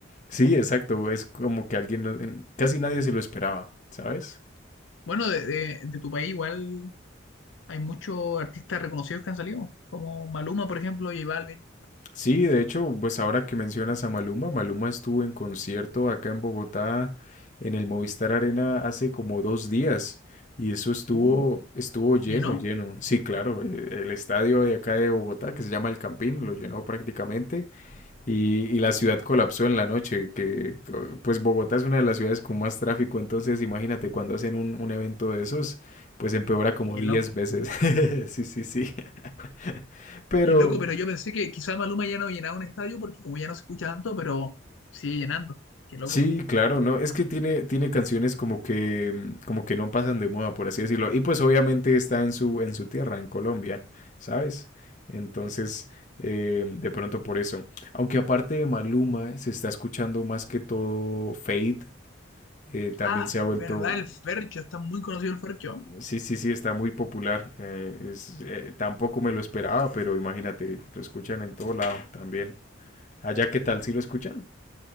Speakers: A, on the left (about 40°); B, on the left (about 80°).
A: sí, exacto, es como que alguien, no- en- casi nadie se lo esperaba, ¿sabes?
B: Bueno, de, de- de tu país igual hay muchos artistas reconocidos que han salido, como Maluma, por ejemplo, J Balvin.
A: Sí, de hecho, pues ahora que mencionas a Maluma, Maluma estuvo en concierto acá en Bogotá, en el Movistar Arena, hace como dos días, y eso estuvo,
B: Uh,
A: estuvo lleno,
B: ¿llenó?
A: lleno. Sí, claro, eh, el estadio de acá de Bogotá, que se llama El Campín, lo llenó prácticamente, y, y la ciudad colapsó en la noche, que co- pues Bogotá es una de las ciudades con más tráfico, entonces imagínate cuando hacen un, un evento de esos, pues empeora como
B: Qué
A: 10
B: loco.
A: veces. <laughs> Sí, sí, sí. <laughs> Pero,
B: Qué loco, pero yo pensé que quizá Maluma ya no llenaba un estadio porque como ya no se escucha tanto, pero sigue llenando. Qué loco.
A: Sí, claro, ¿no? Es que tiene, tiene canciones como que, mm, como que no pasan de moda, por así decirlo. Y pues obviamente está en su, en su tierra, en Colombia, ¿sabes? Entonces, eh, de pronto por eso. Aunque aparte de Maluma, se está escuchando más que todo Fade. eh, también
B: Ah,
A: se ha vuelto,
B: verdad, el Fercho, está muy conocido el Fercho.
A: sí, sí, sí, está muy popular. eh, es, eh, tampoco me lo esperaba, pero imagínate, lo escuchan en todo lado también. Allá, ¿qué tal? ¿Sí lo escuchan?